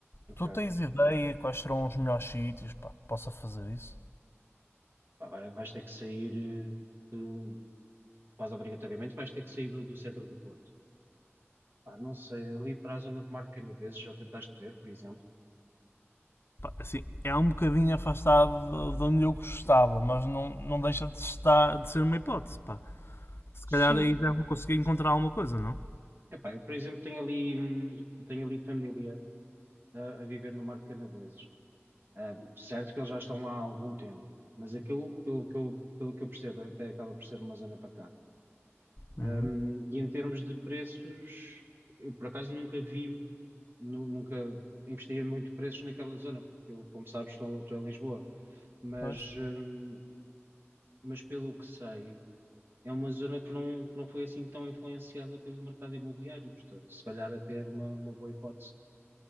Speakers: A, on the right (about 50°); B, on the left (about 55°).
A: ok.
B: Tu tens ideia quais serão os melhores sítios para que possa fazer isso?
A: Pá, vai- vais ter que sair, eh, de- quase obrigatoriamente, vais ter que sair do, do centro do Porto. Pá, não sei, ali para a zona de Marco Canaveses, já tentaste ver, por exemplo?
B: assim, é um bocadinho afastado de onde eu gostava, mas não, não deixa de, estar, de ser uma hipótese. Pá. Se
A: Sim.
B: calhar aí já vou conseguir encontrar alguma coisa, não?
A: Epá, eu, por exemplo, tenho ali, hum, tenho ali família a, a viver no Marco Canaveses. Ahm, certo que eles já estão lá há algum tempo, mas aquilo, pelo que eu, pelo que eu percebo, até acaba por ser uma zona pacata. Ahm,
B: Uhum.
A: e em termos de preços, eu por acaso nunca vi nu- nunca investiguei muito preços naquela zona, porque eu, como sabes, estou, estou em Lisboa, mas,
B: Pois.
A: hum, mas pelo que sei, é uma zona que não, não foi assim tão influenciada pelo mercado imobiliário, portanto, se calhar até era uma, uma boa hipótese.